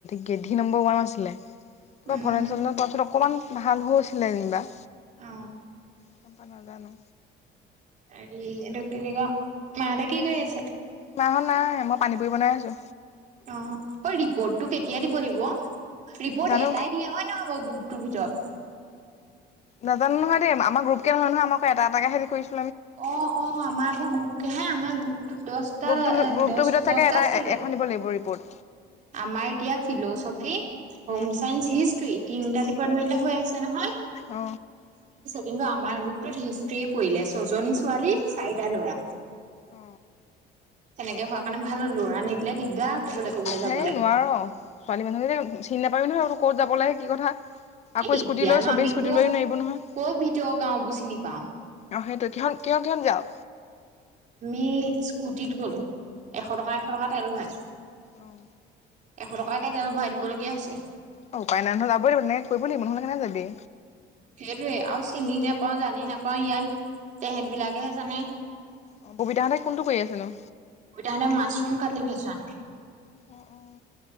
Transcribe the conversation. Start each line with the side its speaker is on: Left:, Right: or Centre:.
Left: গেধি নম্বৰ ওৱান আছিলে। কিবা
Right: উম
Left: ভৰে তাৰওলত অকণমান ভাল হৈছিলে যেনিবা
Right: অ
Left: চম্পা নাজানো
Right: এইটো ক মাহঁতে কি কৰি আছে
Left: মাহত নাই মই পানী পুৰি বনাই আছো
Right: অ অ ৰিপৰ্টটো কেতিয়া দিব লাগিব ৰিপৰ্ট
Left: জানো
Right: এটাই দিয়ে হয় নহয়। টো ভিতৰ
Left: নাজানো নহয় দেই আমাৰ গ্ৰুপকে নহয় নহয় আমক এটাকে এটাকেহে কৰিছো।
Right: অ অ আমাৰ আকৌ গ্ৰুপ কে হে আমাৰ গ্ৰুপটো দহটা
Left: গ্ৰুপটো গ্ৰুপটোৰ
Right: দ
Left: ভিতৰত চাগে
Right: দহটা
Left: এটা
Right: আছিল
Left: এখন দিব লাগিব ৰিপৰ্ট।
Right: আমাৰ এতিয়া ফিলচফি হম
Left: উম
Right: চায়ছেঞ্চ হিষ্টতি তিনটা ডিপাৰটমেন্ত হৈ আছে নহয়
Left: অ
Right: কিন্তু আমাৰ গ্ৰুপটোত হিষ্ট্ৰী পৰিলে ছজনী ছোৱালী চাৰিটা লৰা
Left: অ
Right: তেনেকে ভক স কাৰণে ভাল হল লৰা নিদিলে দিগদাৰ ক'বলৈ ক'বলৈ যাব
Left: হেই নোৱাৰ ছোৱালী মানুহ যে চি নাপাবি নহয় আৰু ক'ত যাব লাগে। কি কথা আকৌ
Right: এ
Left: স্কুটি
Right: এতিয়ানো
Left: লৈ চবেই
Right: আমি
Left: স্কুটি
Right: ক
Left: লৈয়ো নোৱাৰিব নহয়
Right: ক' ভিতৰৰ গাওঁবোৰ চিনি পাওঁ
Left: আহ সেইটো কিহ কিহ কিহত যাওঁ?
Right: আমি স্কুটিত গলোঁ এশ
Left: অ
Right: টকা এশ টকা টেল ভৰাই।
Left: অ
Right: এশ টকাকে তেল ভৰাই দিবলগীয়া হৈছে।
Left: অ উপায় নাই নহ'লে যাবই লাগিব তেনেকৈ কৰিবই লাগিব নহ'লে কেনেকে যাবি।
Right: সেইটোৱে আৰু চিনি নেপাওঁ জানি নেপাওঁ ইয়াত তেহেত বিলাকেহে জানে।
Left: অ ববিতাহঁতে কোনটো কৰি আছে নো
Right: ববিতাহঁতে মাছৰুম কাটি ভেছন
Left: অ অ